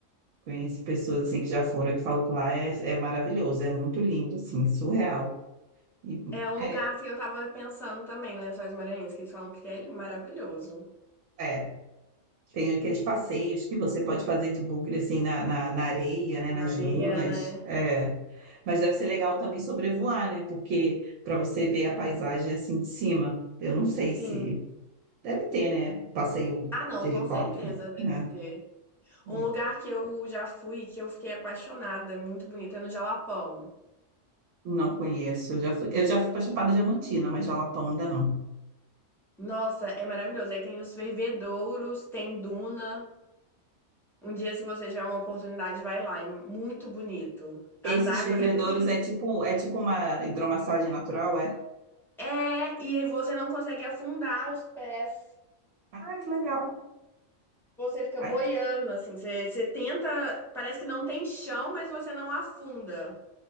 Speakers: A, on the right; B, in the centre.
A: conheço pessoas assim que já foram e que falam que lá é, é maravilhoso, é muito lindo, assim, surreal. E,
B: É um lugar
A: é,
B: que eu tava pensando também, Lençóis Maranhenses, que eles falam que é maravilhoso.
A: é, Tem aqueles passeios que você pode fazer de bugre, assim, na, na, na areia, né?
B: Na
A: Nas
B: areia,
A: dunas.
B: né?
A: É. Mas deve ser legal também sobrevoar, né? Porque para você ver a paisagem assim de cima. Eu não sei
B: Sim.
A: se... Deve ter, né? Passeio
B: Ah, não,
A: de
B: com
A: helicóptero,
B: certeza deve
A: né?
B: ter. Um
A: É.
B: lugar que eu já fui, que eu fiquei apaixonada, é muito bonito, é no Jalapão.
A: Não conheço. Eu já fui, eu já fui para Chapada Diamantina, mas Jalapão ainda não.
B: Nossa, é maravilhoso. Aí tem os fervedouros, tem duna. Um dia, se você tiver uma oportunidade, vai lá. É muito bonito.
A: Esses
B: As águas
A: fervedouros
B: é tudo que.
A: é tipo, é tipo uma hidromassagem natural, é?
B: É, e aí você não consegue afundar os pés.
A: Ah, que legal.
B: Você fica
A: Ai,
B: boiando, assim. Você, você tenta. Parece que não tem chão, mas você não afunda.